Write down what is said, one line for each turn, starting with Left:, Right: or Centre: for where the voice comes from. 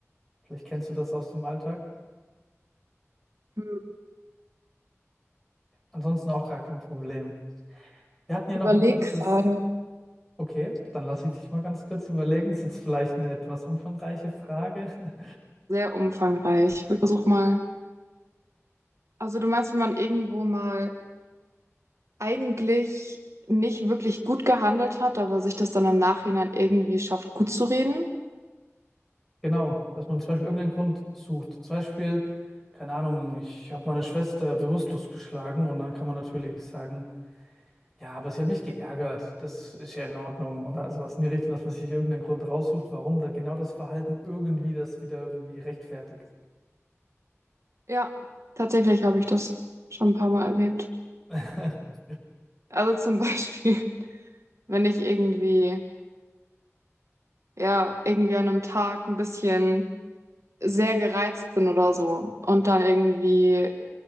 Centre: Vielleicht kennst du das aus dem Alltag.
Right: Hm.
Centre: Ansonsten auch gar kein Problem. Wir hatten ja
Right: Überleg
Centre: noch ein kurzes,
Right: gerade.
Centre: okay, dann lasse ich dich mal ganz kurz überlegen. Ist jetzt vielleicht eine etwas umfangreiche Frage. <laughs>
Right: Sehr umfangreich. Ich versuch mal. Also du meinst, wenn man irgendwo mal eigentlich nicht wirklich gut gehandelt hat, aber sich das dann im Nachhinein irgendwie schafft, gut zu reden?
Centre: Genau, dass man zum Beispiel irgendeinen Grund sucht. Zum Beispiel, keine Ahnung, ich habe meine Schwester bewusstlos geschlagen und dann kann man natürlich sagen, Ja, aber sie hat mich geärgert. Das ist ja in Ordnung oder sowas in die Richtung, dass man sich irgendeinen Grund raussucht, warum da genau das Verhalten irgendwie das wieder irgendwie rechtfertigt.
Right: Ja, tatsächlich habe ich das schon ein paar Mal erlebt.
Centre: <laughs>
Right: Also zum Beispiel, <laughs> wenn ich irgendwie ja, irgendwie an einem Tag ein bisschen sehr gereizt bin oder so und dann irgendwie,